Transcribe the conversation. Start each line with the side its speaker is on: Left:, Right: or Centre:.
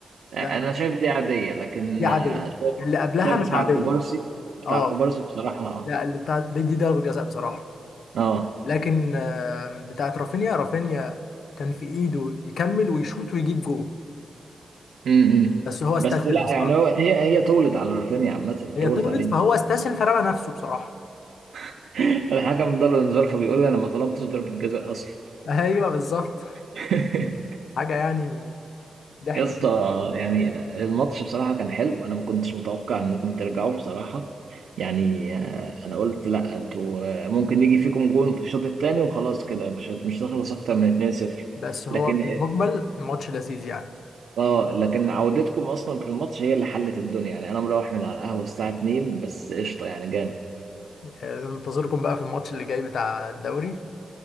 Right: آه،
Left: لا لا
Right: انا شايف دي عادية لكن
Left: دي
Right: آه،
Left: عاديه
Right: شايف
Left: اللي قبلها
Right: شايف
Left: مش
Right: بتاع
Left: عاديه
Right: كوبارسي بتاع
Left: اه
Right: كوبارسي بصراحة
Left: لا اللي بتاع دي, دي ضربه جزاء بصراحه
Right: اه
Left: لكن آم، بتاعت رافينيا رافينيا كان في ايده يكمل ويشوط ويجيب جول
Right: امم
Left: بس هو استسهل
Right: بس لا
Left: بصراحه
Right: يعني هو هي هي طولت على رافينيا عامة
Left: هي
Right: طولت
Left: طولت
Right: عليه
Left: فهو استسهل فرمى نفسه بصراحه
Right: <laughs> الحكم اداله انذار فبيقول انا ما طلبتش ضربة جزاء اصلا
Left: <laughs> ايوه بالظبط
Right: <laughs>
Left: حاجه يعني ضحك
Right: يا اسطى
Left: كده
Right: يعني الماتش بصراحة كان حلو انا ما كنتش متوقع انكم ترجعوا بصراحة يعني آه، انا قلت لا انتوا آه، ممكن يجي فيكم جون في الشوط الثاني وخلاص كده مش مش هتخلص اكتر من 2-0
Left: بس هو
Right: لكن
Left: في
Right: اه
Left: المجمل الماتش لذيذ يعني
Right: آه، لكن عودتكم اصلا في الماتش هي اللي حلت الدنيا يعني انا مروح من على القهوة الساعة 2 بس قشطة يعني جامد
Left: آه، ننتظركم بقى في الماتش اللي جاي بتاع الدوري